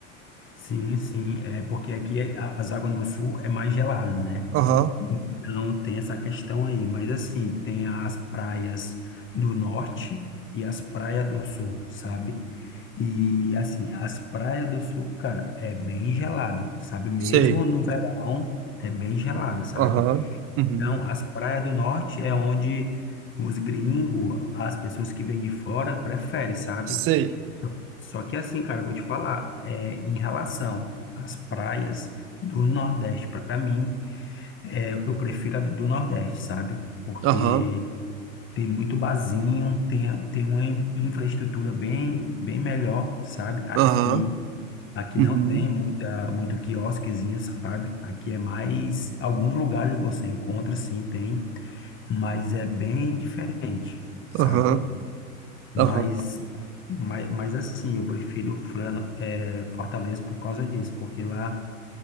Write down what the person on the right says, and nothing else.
Aham,
sei.
Aham, uhum,
sei.
Aham,
aham,
uhum,
aham, aham,